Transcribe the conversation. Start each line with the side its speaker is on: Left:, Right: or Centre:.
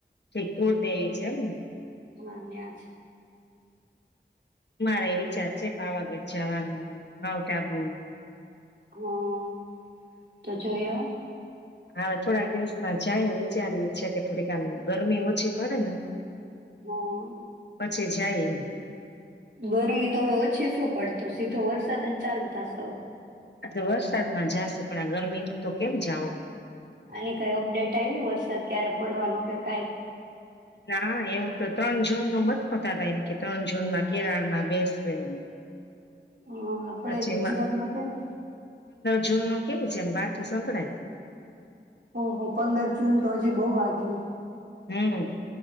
Left: ઠીકુર દઈ છે એમ?
Right: હન્યા છ.
Left: મારે વિચાર છે પાવાગઢ જવાનું માઉન્ટ આબુ.
Right: હા. તો જોયો.
Left: હવે થોડાક દિવસમાં જાય વિચારીએ છે કે થોડીક આમ ગરમી ઓછી પડે ને.
Right: હા.
Left: પછે જાઈએ.
Right: બોરની તો હવે ઓછી શું પડતો સીધો વરસાદ જ ચાલુ થશે.
Left: તો વરસાદમાં જાશે પણ આ ગરમી ન તો કેમ જાવ.
Right: આની કઈ અપડેટ આવી વરસાદ ક્યારે પડવાનો કે કાઈ?
Left: ના એવું તો ત્રણ જૂન નો મત ફતા એમ કે રંજુનમાં કેરારમાં બેસશે એમ.
Right: હા આપડે
Left: પછી
Right: ગુજરાતમાં ક્યારે?
Left: જૂનનું કેવુ છે એમ? બાથું સંભળાય.
Right: ઓહ ઓહ પંદર જૂન તો હજી બહુ આઘી.
Left: હમ્મ,